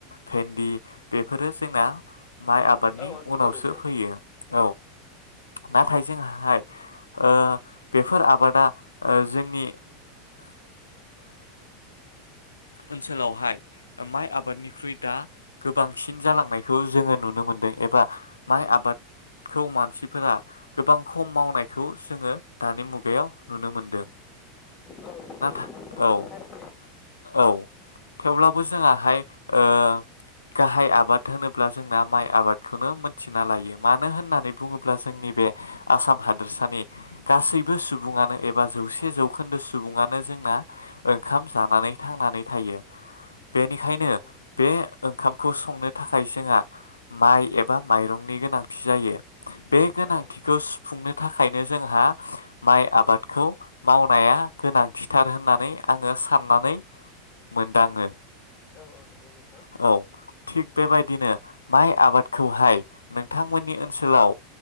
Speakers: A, on the left; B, on the left.
A: भेन्दि बेफोरो जोंना माइ आबाद
B: औ औ नंगौ
A: उनावसो
B: नोंथां
A: फैयो औ नाथाय जोंहा ओ बेफोर आबादा जोंनि ओनसोलावहाय माइ आबादनिख्रुइ दा गोबांसिन जालांनायखौ जोङो नुनो मोनो। मोनदों एबा माइ आबाद खौ मानसिफोरा गोबां खम मावनायखौ जोङो दानि मुगायाव नुनो मोनदों
B: औ नंगौ
A: नाथाय
B: नोंथां
A: औ
B: थारैनो
A: औ थेवब्लाबो जोंआ हाय ओ गाहाय आबाद होनोब्ला जोंना माइ आबादखौनो मोनथिना लायो मानो होननानै बुङोब्ला जोंनि बे आसाम हादोरसानि गासैबो सुबुङानो एबा जौसे जौखोन्दो सुबुङानो जों जोंना ओंखाम जानानै थांनानै थायो बेनिखायनो
B: औ औ
A: बे ओंखाम खौ संनो थाखाय जोंहा माइ एबा माइरंनि गोनांथि जायो बे गोनांथिखौ
B: औ
A: सुफुंनो थाखायनो जोंहा माइ आबादखौ मावनाया गोनांथिथार होननानै आङो साननानै मोनदाङो।
B: औ औ नंगौ नोंथां।
A: औ थिग बेबायदिनो माइ आबादखौहाय नोंथांमोननि ओनसोलाव